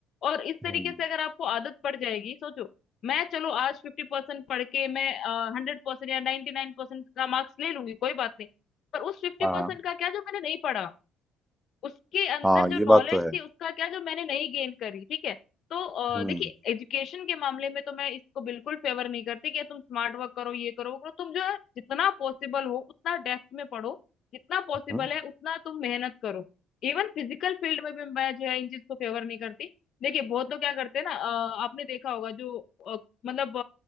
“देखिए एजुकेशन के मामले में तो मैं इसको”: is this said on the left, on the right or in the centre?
Left